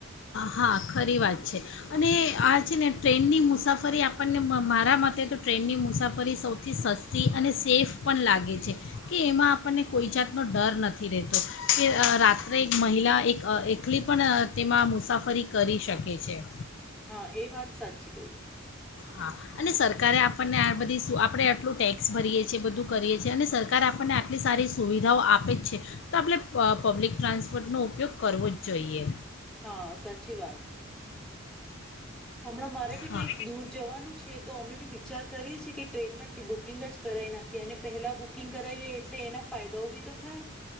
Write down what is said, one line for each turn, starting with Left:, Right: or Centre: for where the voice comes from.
Left: હા ખરી વાત છે, અને આ છે ને ટ્રેનની મુસાફરી આપણને મારા મતે તો ટ્રેનની મુસાફરી સૌથી સસ્તી અને સેફ પણ લાગે છે, કે એમાં આપણને કોઈ જાતનો ડર નથી રહેતો કે રાત્રે એક મહિલા એક એકલી પણ તેમાં મુસાફ ફરી કરી શકે છે.
Centre: હા એ વાત સાચી કહી.
Left: હા અને સરકારે આપણને આ બધી આપણે આટલું ટેક્સ ભરીએ છીએ બધું કરીએ છીએ અને સરકારે આપણને આટલી સારી સુવિધાઓ આપે જ છે, તો આપણે પબ્લિક ટ્રાન્સપોર્ટનો ઉપયોગ કરવો જ જોઈએ.
Centre: હા સાચી વાત. હમણાં મારે બી
Left: હા
Centre: કંઈક દૂર જવાનું છે, તો અમે બી વિચાર કરીએ છીએ કે ટ્રેનમાં બુકિંગ જ કરાવી નાખીએ અને પહેલા બુકિંગ કરાવીએ એટલે એના ફાયદાઓ બી તો થાય.